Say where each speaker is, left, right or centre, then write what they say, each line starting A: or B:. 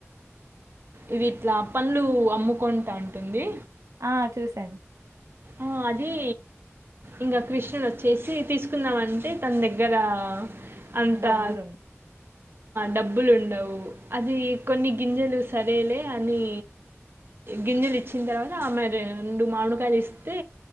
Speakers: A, on the right; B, on the right.
A: ఇది ఇట్లా పనులు అమ్ముకుంట అంటుంది
B: ఆ చూశాను
A: ఆ అది ఇంకా కృష్ణన్ వచ్చేసి తీసుకుందమంటే తన దగ్గర అంతా
B: డబ్బులున్
A: డబ్బులు ఉండవు అది కొన్ని గింజలు సరేలే అని గింజలు ఇచ్చిన తర్వాత మరి రెండు మామిలుకాయలు ఇస్త అయితే